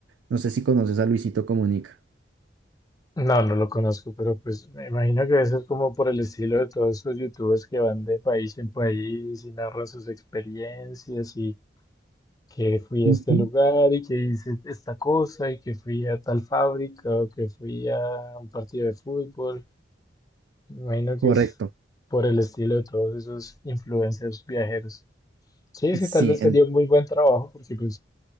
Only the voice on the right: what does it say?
no sé si conoces a Luisito Comunica.
Ujú,
Correcto.
Sí,
en-